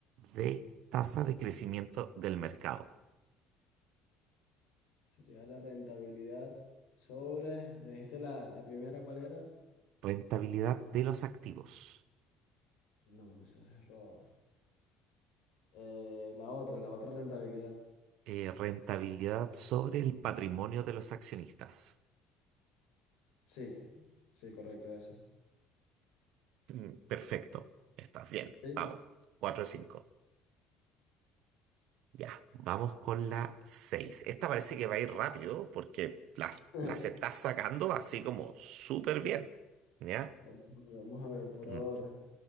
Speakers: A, on the right (about 60°); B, on the left (about 85°).
A: D. Tasa de crecimiento del mercado.
B: Sería la rentabilidad sobre, me dijiste la, la primera, ¿cuál era?
A: Rentabilidad de los activos.
B: No, esa es Roba. Eh, la otra, la otra rentabilidad.
A: Eh, rentabilidad sobre el patrimonio de los accionistas.
B: Sí, sí, correcto, eso.
A: Mm, Perfecto. Estás bien.
B: Sí.
A: Vamos. cuatro de cinco, Ya. Vamos con la 6. Esta parece que va a ir rápido porque las,
B: <laughs>
A: las estás sacando así como súper bien. ¿Ya?
B: Vamos, a ver, vamos a ver por
A: Mm,
B: ahora.